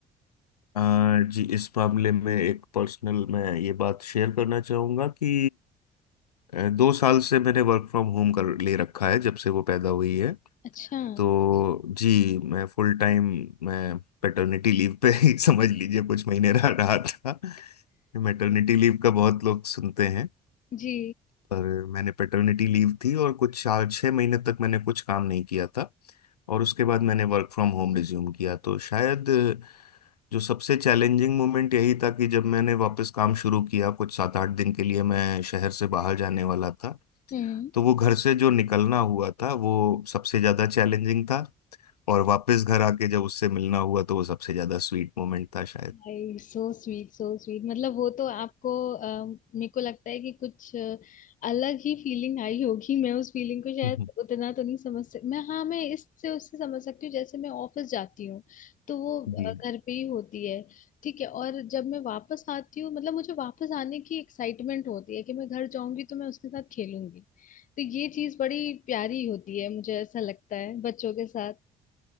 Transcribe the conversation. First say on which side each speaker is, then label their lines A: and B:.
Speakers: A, on the left; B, on the left.
A: आ, जी इस मामले में एक पर्सनल मैं ये बात शेयर करना चाहूंगा कि अ, दो साल से मैंने वर्क फ्रॉम होम कर ले रखा है जब से वो पैदा हुई है
B: अच्छा
A: तो जी मैं फुल टाइम मैं पेटर्निटी लीव पे ही <laughs> समझ लीजिए कुछ महीने रह रहा था मैटरनिटी
B: <laughs>
A: लीव का बहुत लोग सुनते हैं
B: जी
A: पर मैंने पेटर्निटी लीव थी और कुछ चार छः महीने तक मैंने कुछ काम नहीं किया था और उसके बाद मैंने वर्क फ्रॉम होम रिज्यूम किया तो शायद जो सबसे चैलेंजिंग मोमेंट यही था कि जब मैंने वापस काम शुरू किया कुछ सात आठ दिन के लिए मैं शहर से बाहर जाने वाला था
B: Hmm
A: तो वो घर से जो निकलना हुआ था वो सबसे ज़्यादा चैलेंजिंग था और वापस घर आके जब उससे मिलना हुआ तो वो सबसे ज्यादा स्वीट मोमेंट था शायद
B: I so sweet so sweet मतलब वो तो आपको अ, मेरे को लगता है कि कुछ अ, अलग ही फीलिंग आई होगी मैं उस फीलिंग को शायद
A: हम्म,
B: उतना तो नहीं समझ सकती मैं हाँ मैं इससे उससे समझ सकती हूँ जैसे मैं ऑफिस जाती हूँ तो वो अ,
A: जी
B: घर पे ही होती है ठीक है और जब मैं वापस आती हूँ मतलब मुझे वापस आने की एक्साइटमेंट होती है कि मैं घर जाऊंगी तो मैं उसके साथ खेलूंगी तो ये चीज बड़ी प्यारी होती है मुझे ऐसा लगता है बच्चों के साथ